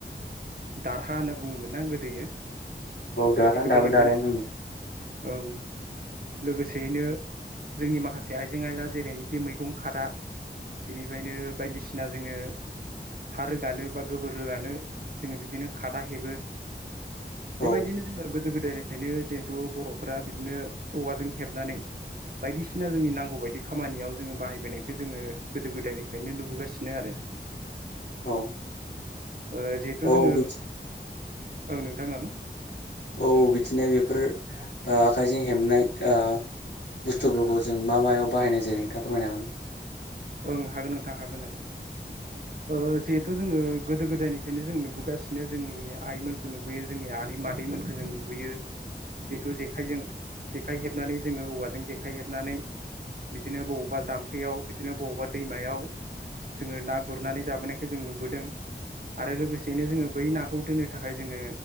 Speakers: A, on the right (about 50°); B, on the left (about 65°).
A: दारहा होनना बुङोमोनना गोदोयो औ
B: दाना
A: बेखौबो
B: दाबो
A: हेबबोनाय
B: दानायानो दं
A: औ लोगोसेयैनो जोंनि माखासे आइजें आइला जेरैनोखि मैगं खादा बेनिफ्रायनो बायदिसिना जोङो हा रोगानो बा गोबोर रोगानो जोङो बिदिनो खादा हेबो बेबायदिनो
B: औ
A: जोङो गोदो गोदायनिफ्रायनो जिहेथु बर'फोरा बिदिनो औवाजों हेबनानै बायदिसिना जोंनि नांगौ बायदि खामानियाव जोङो बाहायबोनायखौ जोङो गोदो गोदायनिफ्रायनो नुबोगासिनो आरो।
B: औ
A: ओ थ'
B: औ
A: जोङो
B: बिदि
A: ओं नोंथां ओं
B: औ बिदिनो बेफोर ओ आखाइजों हेबनाय ओ बुस्थुफोरखौ जों मा मायाव बाहायनाय जायो नोंथाङा फोरमायनो हागोनना?
A: ओं हागोन नोंथां हागोन ओं <inaudible> ओ जे थु जोङो गोदो गोदायनिफ्रायनो जों नुबोगासिनो जोंनि आइमोनखौ नुबोयो जोंनि आनै मादैमोनखौ जों नुबोयो जिहेथु जेखायजों जेखाइ हेबनानै जोङो औवाजों जेखाइ हेबनानै बिदिनो बबावबा जामफैयाव बिदिनो बबावबा दैमायाव जोङो ना गुरनानै जाबोनायखौ जों नुबोदों आरो लोगोसेैनो जोङो बै नाखौ दोन्नो थाखाय जोङो